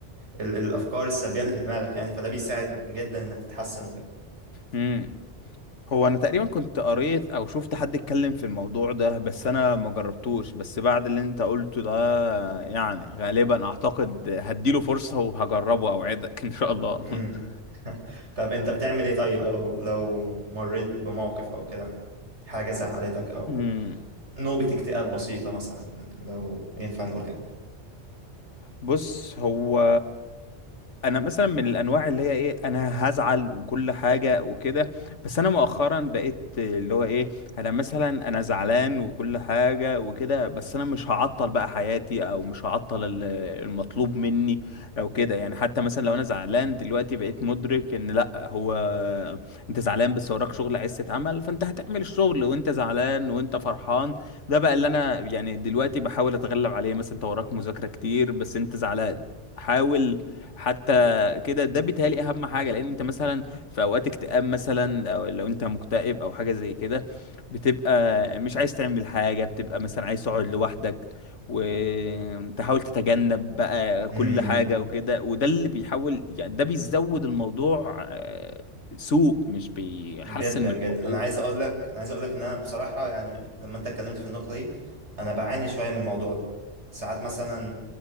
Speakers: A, on the right (about 70°); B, on the left (about 85°).
A: ال... الافكار السلبية اللي في دماغك يعني فده بيساعد جدا انك تتحسن وكده
B: امم هو انا تقريبا كنت قريت او شفت حد اتكلم في الموضوع ده بس انا ما جربتوش بس بعد اللي انت قلته ده يعني غالبا اعتقد هديله فرصة وهجربه اوعدك ان شاء الله
A: مم.
B: <laughs>
A: طب انت بتعمل ايه طيب او لو مريت بموقف او كده حاجة زعلتك او
B: امم
A: نوبة اكتئاب بسيطة مثلا لو ينفع نقول كده
B: بص هو انا مثلا من الانواع اللي هي ايه انا هزعل وكل حاجه وكده بس انا مؤخرا بقيت اللي هو ايه انا مثلا انا زعلان وكل حاجه وكده بس انا مش هعطل بقى حياتي او مش هعطل ال- المطلوب مني او كده يعني حتى مثلا لو انا زعلان دلوقتي بقيت مدرك ان لا هو انت زعلان بس وراك شغل عايز تتعمل فانت هتعمل الشغل وانت زعلان وانت فرحان ده بقى اللي انا يعني دلوقتي بحاول اتغلب عليه مثلا انت وراك مذاكرة كتير بس انت زعلان حاول حتى كده ده بيتهيألي اهم حاجة لان انت مثلا في اوقات اكتئاب مثلا او لو انت مكتئب او حاجة زي كده بتبقى مش عايز تعمل حاجة بتبقى مثلا عايز تقعد لوحدك وتحاول تتجنب بقى كل
A: امم
B: حاجة وكده وده اللي بيحاول يعني ده بيزود الموضوع آه، سوء مش بيحسن
A: جدا
B: من
A: جدا
B: الموضوع
A: انا عايز اقول لك انا عايز اقول لك ان انا بصراحه يعني لما انت اتكلمت في النقطه دي انا بعاني شويه من الموضوع ده ساعات مثلا